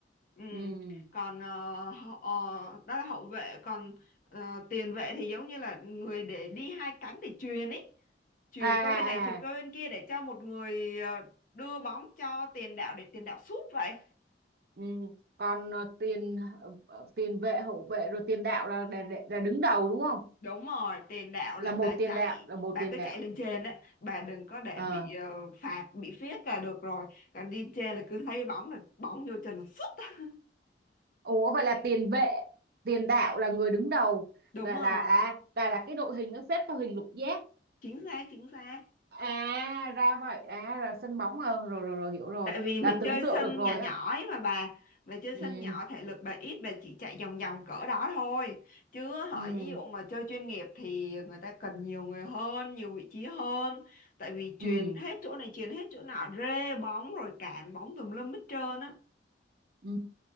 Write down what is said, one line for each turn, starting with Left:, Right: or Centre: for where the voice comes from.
Left: ừ.
Right: ừ
Left: còn ờ, họ- ờ, đó là hậu vệ còn ờ, tiền vệ thì giống như là người để đi hai cánh để chuyền ấy chuyền
Right: à à
Left: qua bên này chuyền
Right: à
Left: qua bên kia để cho một người ờ, đưa bóng cho tiền đạo để tiền đạo sút vậy
Right: ừ. còn ờ, tiền ờ, tiền vệ hậu vệ rồi tiền đạo là, là, là đứng đầu đúng không
Left: Đúng rồi, tiền đạo
Right: là
Left: là bà
Right: một
Left: chạy,
Right: tiền đạo là một
Left: bà
Right: tiền
Left: cứ
Right: đạo
Left: chạy lên trên á, bà đừng có để
Right: Ờ.
Left: bị ờ, phạt, bị phiết là được rồi. Còn đi trên là cứ thấy bóng là bóng vô chân là sút.
Right: Ủa vậy là tiền vệ, tiền đạo là người đứng đầu
Left: Đúng
Right: và
Left: rồi,
Right: là à và là cái đội hình nó xếp theo hình lục giác.
Left: chính xác, chính xác.
Right: À ra vậy, à là sân bóng à, rồi rồi rồi hiểu rồi,
Left: Tại vì mình
Right: là tưởng
Left: chơi
Right: tượng
Left: sân
Right: được rồi
Left: nhỏ nhỏ
Right: á.
Left: ấy mà bà, bà chơi
Right: Ừ
Left: sân nhỏ thể lực bà ít, bà chỉ chạy vòng vòng cỡ đó thôi. Chứ họ
Right: ừ
Left: ví dụ mà chơi chuyên nghiệp thì người ta cần nhiều người hơn, nhiều vị trí hơn. Tại vì chuyền
Right: ừ
Left: hết chỗ này, chuyền hết chỗ nọ, rê bóng rồi cản bóng tùm lum hết trơn á.
Right: ừ